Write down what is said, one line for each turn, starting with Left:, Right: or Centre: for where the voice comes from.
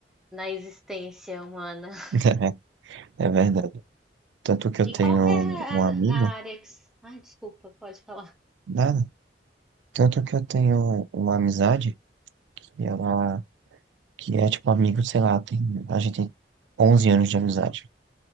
Centre: na existência humana. <laughs>
Right: <laughs> É verdade. Tanto que eu
Centre: E
Right: tenho
Centre: qual que é
Right: um um
Centre: a,
Right: amigo,
Centre: a área que... s- Ai, desculpa, pode falar.
Right: nada. Tanto que eu tenho uma amizade que ela, que é tipo amigo, sei lá, tem, a gente tem 11 anos de amizade.